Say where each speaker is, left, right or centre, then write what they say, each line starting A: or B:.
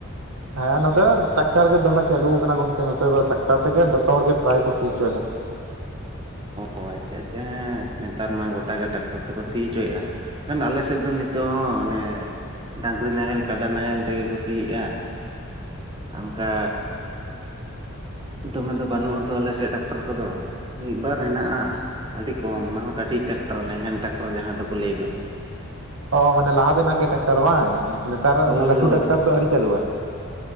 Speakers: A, on the right (about 85°); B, on the right (about 25°).
A: ᱦᱮᱸ ᱱᱚᱛᱮ ᱴᱨᱟᱠᱴᱟᱨ ᱜᱮ ᱫᱚᱢᱮ ᱪᱟᱹᱞᱩ ᱠᱟᱱᱟ ᱜᱚᱝᱠᱮ᱾ ᱱᱚᱛᱮ ᱫᱚ ᱴᱮᱠᱴᱟᱨ ᱛᱮᱜᱮ ᱡᱚᱛᱚ ᱦᱚᱲ ᱜᱮ ᱯᱨᱟᱭ ᱠᱚ ᱥᱤ ᱦᱚᱪᱚᱭ ᱫᱟ᱾
B: ᱚ ᱟᱪᱪᱷᱟ, ᱟᱪᱪᱷᱟ ᱦᱮᱸ ᱱᱮᱛᱟᱨ ᱢᱟ ᱜᱚᱴᱟ ᱜᱮ ᱴᱟᱠᱴᱚᱨ ᱛᱮᱠᱚ ᱥᱤ ᱦᱚᱪᱚᱭᱮᱜ-ᱟ᱾ ᱤᱠᱷᱟᱹᱱ ᱟᱞᱮ ᱥᱮᱫ ᱫᱚ ᱱᱤᱛᱚᱜ ᱦᱚᱸ ᱚᱱᱮ ᱰᱟᱺᱜᱽᱨᱤ ᱱᱟᱦᱮᱞ ᱠᱟᱰᱟ ᱱᱟᱦᱮᱞ ᱛᱮᱜᱮ ᱠᱚ ᱥᱤᱭᱮᱜᱼᱟ, ᱟ ᱚᱱᱠᱟ ᱫᱚᱢᱮ ᱫᱚ ᱵᱟᱹᱱᱩᱜᱼᱟ ᱛᱚ ᱟᱞᱮ ᱥᱮᱜ ᱴᱟᱨᱟᱠᱴᱟᱨ ᱠᱚᱫᱚ ᱢᱤᱫᱼ ᱵᱟᱨ ᱦᱮᱱᱟᱜᱼᱟ, ᱟᱹᱰᱤ ᱠᱚᱢ ᱚᱱᱟ ᱦᱚᱸ ᱠᱟᱹᱴᱤᱡ ᱴᱟᱨᱟᱠᱴᱳᱨ ᱱᱟᱦᱮᱞ ᱴᱮᱠᱴᱟᱨ ᱡᱟᱦᱟᱸ ᱫᱚᱠᱚ ᱞᱟᱹᱭ ᱫᱚ᱾
A: ᱚ ᱢᱟᱱᱮ ᱞᱟᱦᱟ ᱛᱮᱱᱟᱜ ᱜᱮ ᱴᱟᱠᱴᱟᱨ ᱵᱟᱝ, ᱱᱮᱛᱟᱨᱟᱜ
B: ᱦᱳᱭ
A: ᱫᱚ ᱱᱷᱟᱸᱜ ᱞᱟᱹᱴᱩ
B: ᱦᱳᱭ
A: ᱴᱟᱠᱴᱟᱨ ᱫᱚ ᱟᱹᱣᱨᱤ ᱪᱟᱹᱞᱩᱜᱼᱟ?